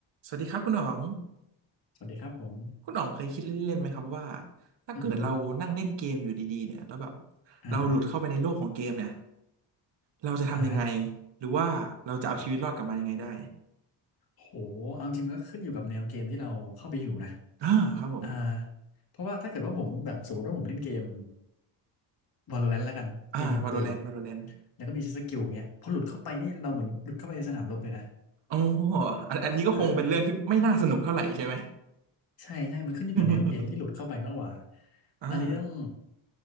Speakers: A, on the right; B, on the left.
A: สวัสดีครับคุณหนอง
B: สวัสดีครับผม
A: คุณหนองเคยคิดเล่นๆไหมครับว่าถ้าเกิดเรานั่งเล่นเกมอยู่ดีๆเนี่ยแล้วแบบ
B: อือฮึอ่าอ่า
A: เราหลุดเข้าไปในโลกของเกมเนี่ยเราจะทำยังไง
B: อ่าฮะ
A: หรือว่าเราจะเอาชีวิตรอดกลับมายังไงได้
B: โหเอาจริงมันก็ขึ้นอยู่กับแนวเกมที่เราเข้าไปอยู่นะ
A: อ่าครับผม
B: อ่าเพราะว่าถ้าเกิดว่าผมแบบสมมติว่าผมเล่นเกม Valorant แล้วกันเกมยิงปืน
A: อ่า Valorant Valorant
B: แล้วก็มีสกิลอย่างเงี้ยพอหลุดเข้าไปนี่เราเหมือนหลุดเข้าไปในสนามรบเลยนะ
A: โอ้อันอันนี้ก็คงเป็นเรื่องที่ไม่น่าสนุกเท่าไหร่ใช่ไหม
B: อ่าใช่ใช่มันขึ้นอยู่กับแนวเกมที่หลุดเข้าไปมากกว่า
A: <laughs> อ่า
B: อันนี้ต้อง